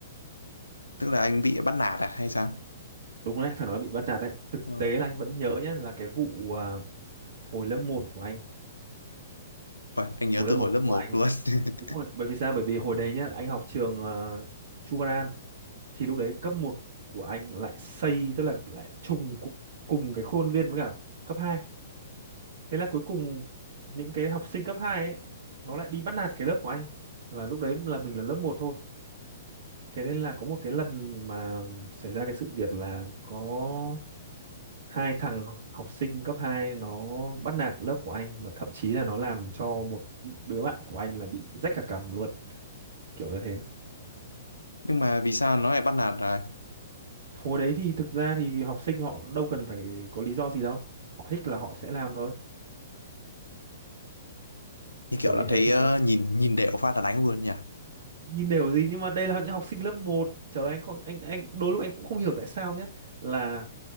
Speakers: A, on the left; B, on the right.
A: Tức là anh bị bắt nạt à hay sao?
B: đúng đấy phải nói bị bắt nạt đấy thực
A: Ờ,
B: tế là anh vẫn nhớ nhá là cái vụ à, hồi lớp một của anh
A: Ôi, anh nhớ
B: hồi lớp
A: từ
B: một
A: hồi lớp một
B: của anh
A: luôn. <laughs>
B: Đúng rồi, bởi vì sao? Bởi vì hồi đấy nhá, anh học trường uh, Chu Văn An thì lúc đấy cấp một của anh lại xây tức là lại trùng cu- cùng cái khuôn viên với cả cấp 2. Thế là cuối cùng những cái học sinh cấp 2 ấy nó lại đi bắt nạt cái lớp của anh là lúc đấy là mình là lớp một thôi. Thế nên là có một cái lần mà xảy ra cái sự việc là có hai thằng học sinh cấp 2 nó bắt nạt lớp của anh mà thậm chí là nó làm cho một đứa bạn của anh là bị rách cả cằm luôn. Kiểu như thế.
A: Nhưng mà vì sao nó lại bắt nạt à?
B: hồi đấy thì thực ra thì học sinh họ đâu cần phải có lý do gì đâu họ thích là họ sẽ làm thôi
A: Như
B: kiểu
A: kiểu là
B: như thế
A: thấy
B: cơ
A: ờ,
B: mà
A: nhìn nhìn đều phát là đánh luôn nhỉ.
B: nhìn đều gì nhưng mà đây là những học sinh lớp một, trời anh không anh anh đôi lúc anh cũng không hiểu tại sao nhé là